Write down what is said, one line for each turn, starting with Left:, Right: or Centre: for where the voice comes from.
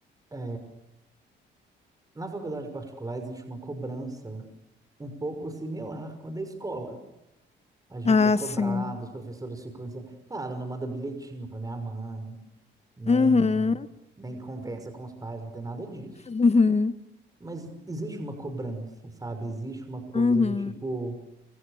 Right: é, Na faculdade particular existe uma cobrança um pouco similar com a da escola. A gente
Left: Ah,
Right: é cobrado,
Left: sim.
Right: os professores ficam assim, claro, não manda bilhetinho para minha mãe, nem,
Left: Uhum.
Right: nem conversa com os pais, não tem nada disso.
Left: Uhum.
Right: Mas existe uma cobrança, sabe? Existe uma coisa
Left: Uhum.
Right: do tipo,